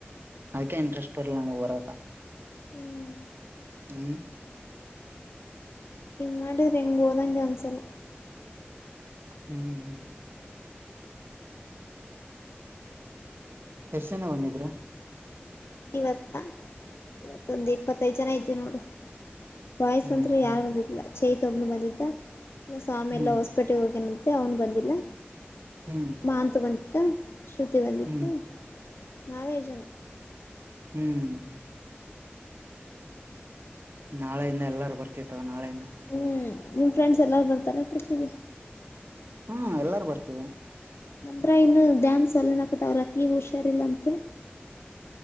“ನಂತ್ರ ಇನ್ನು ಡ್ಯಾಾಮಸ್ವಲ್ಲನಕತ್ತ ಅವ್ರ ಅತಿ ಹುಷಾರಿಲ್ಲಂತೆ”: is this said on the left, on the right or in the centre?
Left